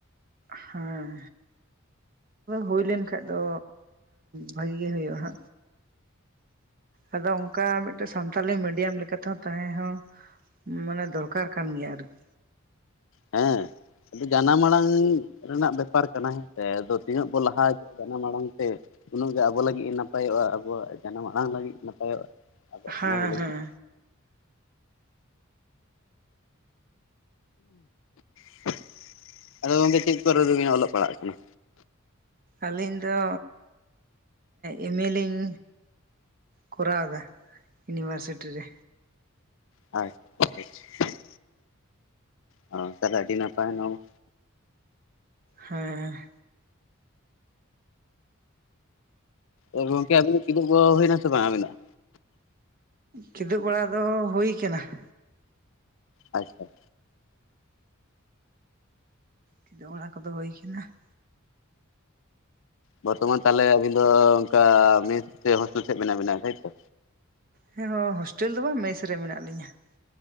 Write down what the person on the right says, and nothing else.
ᱦᱮᱸ ᱦᱩᱭ ᱞᱮᱱᱠᱷᱟᱱ ᱫᱚ ᱵᱷᱟᱜᱤ ᱦᱩᱭᱩᱜᱼᱟ ᱟᱫᱚ ᱚᱱᱠᱟ ᱢᱤᱫᱴᱟᱜ ᱥᱟᱱᱛᱟᱞᱤ ᱢᱤᱰᱤᱭᱟᱢ ᱞᱮᱠᱟ ᱛᱮ ᱛᱟᱦᱮᱸ ᱦᱚᱸ ᱢᱟᱱᱮ ᱫᱚᱨᱠᱟᱨ ᱠᱟᱱ ᱜᱮᱭᱟ ᱟᱨᱠᱤ
ᱦᱮᱸ
ᱦᱮᱸ
ᱟᱹᱞᱤᱧ ᱫᱚ ᱮᱢ ᱮ ᱞᱤᱧ ᱠᱚᱨᱟᱣ ᱫᱟ᱾ ᱤᱭᱩᱱᱤᱵᱷᱟᱨᱥᱤᱴᱤ ᱨᱮ
ᱦᱮᱸ
ᱠᱤᱫᱩᱵ ᱵᱟᱲᱟ ᱫᱚ ᱦᱩᱭ ᱠᱟᱱᱟ ᱾
ᱠᱤᱫᱩᱜ ᱵᱟᱲᱟ ᱠᱚᱫᱚ ᱦᱩᱭ ᱟᱠᱟᱱᱟ ᱾
ᱦᱮᱸ ᱦᱚᱥᱴᱮᱞ ᱫᱚ ᱵᱟᱝ ᱢᱮᱥ ᱨᱮ ᱢᱮᱱᱟᱜ ᱞᱤᱧᱟ ᱾